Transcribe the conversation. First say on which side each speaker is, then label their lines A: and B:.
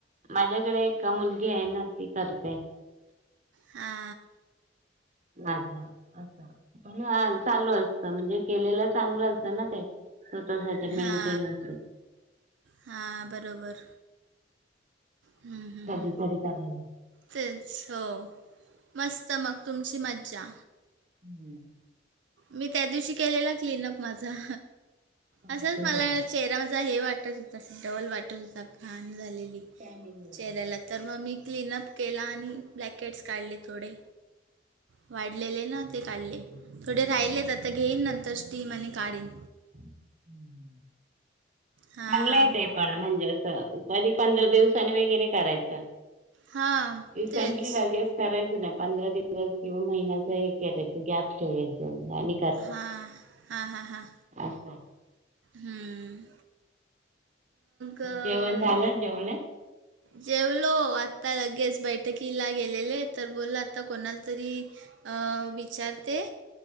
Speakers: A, on the right (about 40°); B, on the right (about 80°).
A: माझ्याकडे एक मुलगी आहे ना ती करते.
B: हा.
A: <unintelligible> अस पण चालू असत म्हणजे केलेलं चांगलं असतं ना ते. स्वतःसाठी मेंटेनन्स
B: हा हा बरोबर. हम्म हम्म हम्म.
A: कधीतरी करायला.
B: तेच हो मस्त मग. तुमची मज्जा.
A: हम्म.
B: मी त्यादिवशी केलेला क्लीनअप माझा.
A: स्वतःच
B: असंच मला
A: स्वतः
B: चेहरा माझा हे वाटत होता डल वाटत होता घाण झालेली.
A: टॅनिंग <unintelligible>
B: चेहऱ्याला तर मग मी क्लीनअप केला आणि ब्लॅकेट्स काढले थोडे वाढलेले ना. ते काढले. थोडे राहिलेत आता घेईन नंतर स्टीम आणि काढीन.
A: हम्म
B: हां
A: मंगला येते. पण म्हणजे अस कधी पंधरा दिवसांनी वगैरे ते करायचं.
B: हां
A: इसेंटली
B: तेच
A: जागेत करायचं नाही. पंधरा दिवस किंवा महिन्याच हे करायचं गॅप ठेवायचं. दोनदा आणि
B: हा हा हा हा.
A: अच्छा.
B: हम्म. अं,
A: जेवण झालं जेवलं?
B: जेवलो आत्ता लगेच. बैठकीला गेलेले तर बोल आता कोणाला तरी अं विचारते.